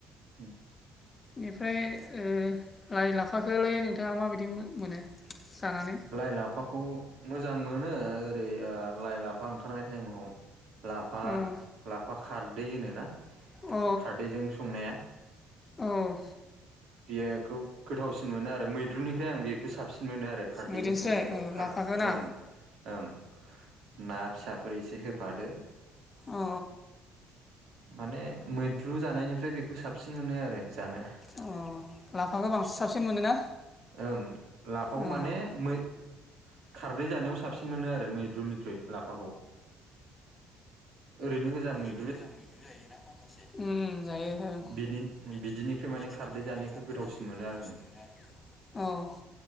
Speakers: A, on the right (about 60°); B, on the left (about 30°).
A: उम
B: बेनिफ्राय ओ लाइ लाफाखोलाय नोंथाङा माबायदि मो मोनो जानानै
A: लाइ लाफाखौ मोजां मोनो ओरै ओ‌ लाइ लाफा ओंखारनाय टाइमाव लाफा
B: अ
A: लाफा खारदै होनोना
B: औ
A: खारदैजों संनाया
B: औ
A: <unintelligible> गोथावसिन मोनो आरो मैद्रुनि ओमफ्राय आं बेखौ साबसिन मोनो आरो खारदैजों
B: बिदिनोसै
A: संनाय खार
B: लाफाखौ ना
A: ओं ओं ना फिसाफोर एसे होफादो
B: अ
A: माने मैद्रु जानायनिफ्राय बेखौ साबसिन मोनो आरो जानो
B: अ लाफाखौ बांसिन साबसिन मोनोना
A: ओम लाफाखौ
B: अ
A: माने मै- खारदै जानायाव साबसिन मोनो आरो मैद्रुनिख्रुइ लाफाखौ ओरैनो गोजा मै
B: गोजा मैद्रु जायोना माखासे उम उम जायो ओं
A: बिनि
B: बिदि
A: बिदिनिख्रुइ माने
B: बिदिनिफ्राय
A: खारदै जानायखौ
B: माने खारै
A: गोथावसिन
B: जानायखो
A: मोनो
B: गोथावसिन
A: आरो
B: मोनो आरो अह